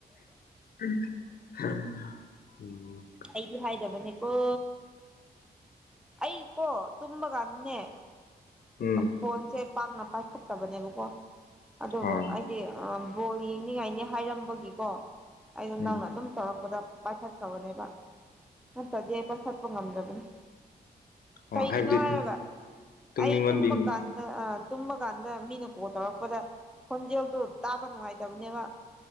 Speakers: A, on the left (about 60°); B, in the centre.
A: <unintelligible>
B: ꯑꯩꯗꯤ ꯍꯥꯏꯗꯕꯅꯦꯀꯣ ꯑꯩꯀꯣ ꯇꯨꯝꯕ ꯀꯥꯟꯅꯦ
A: ꯎꯝ
B: ꯐꯣꯟꯁꯦ ꯄꯥꯛꯅ ꯄꯥꯏꯈꯠꯇꯕꯅꯦꯕꯀꯣ ꯑꯗꯨꯕꯨ
A: ꯑꯥ
B: ꯑꯩ ꯍꯥꯏ ꯕꯣꯜ ꯌꯦꯡꯅꯤꯡꯉꯥꯏꯅꯦ ꯍꯥꯏꯔꯝꯕꯒꯤꯀꯣ ꯑꯩꯗꯣ
A: ꯎꯝ
B: ꯅꯪꯅ ꯑꯗꯨꯝ ꯇꯧꯔꯛꯄꯗ ꯇꯕꯅꯦꯕ ꯅꯇꯥꯗꯤ ꯑꯩꯕ ꯁꯠꯄ ꯉꯝꯖꯒꯅꯤ ꯀꯩꯒꯤꯅꯣ
A: ꯑꯣ ꯍꯥꯏꯕꯗꯤ
B: ꯍꯥꯏꯔꯒ
A: ꯇꯨꯝꯅꯤꯡꯃꯟꯕꯤ
B: ꯑꯩ ꯇꯨꯝꯕ ꯀꯥꯟ ꯑ ꯇꯨꯝꯕ ꯀꯥꯟꯗ ꯃꯤꯅ ꯀꯣꯜ ꯇꯧꯔꯛꯄꯗ ꯈꯣꯟꯖꯦꯜꯗꯨꯣ ꯇꯥꯕ ꯅꯨꯡꯉꯥꯏꯇꯕꯅꯦꯕ